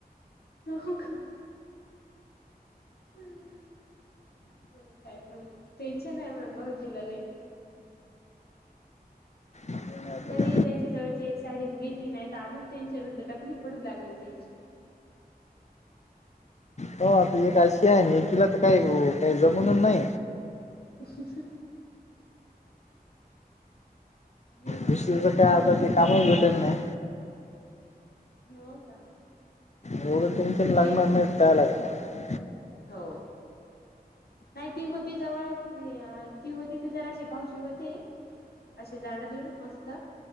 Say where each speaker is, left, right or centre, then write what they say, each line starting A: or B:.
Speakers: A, on the left; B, on the left.
A: हो का बरं काय पण टेन्शन आहे मग भावोजीला लय
B: नाही तर
A: तरी
B: काय.
A: त्याची जवळची एक साईडून गेली नाय त अजून टेन्शन होत टकली पडू लागली त्यायची
B: हो ती एक अशी एकीला तर काय काय जमूननं नाई.
A: <unintelligible> एक
B: दुसरिकडं
A: एक जरा
B: काय
A: होती
B: आता ते
A: बोल
B: काम भेटनं
A: का
B: ना
A: हो का
B: एवढं टेन्शन लागणार
A: एक
B: नाय त काय लागणार. आहे
A: हो. नाय ती होती जेव्हा नय यार ती होती ते जराशे भाऊजी होते. असे जाडजूड मस्त